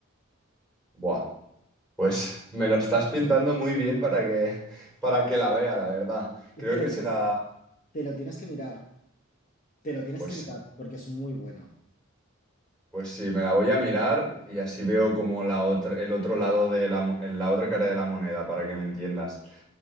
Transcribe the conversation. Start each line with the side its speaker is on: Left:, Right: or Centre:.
Centre: buah. Pues me lo estás pintando muy bien para que, para que la vea, la verdad.
Left: Te
Centre: Creo
Left: lo
Centre: que
Left: tienes,
Centre: será,
Left: te lo tienes que mirar, te lo tienes
Centre: pues
Left: que
Centre: sí,
Left: mirar, porque es muy buena.
Centre: pues sí, me la voy a mirar y así veo como la otra, el otro lado de la, mo- la otra cara de la moneda, para que me entiendas.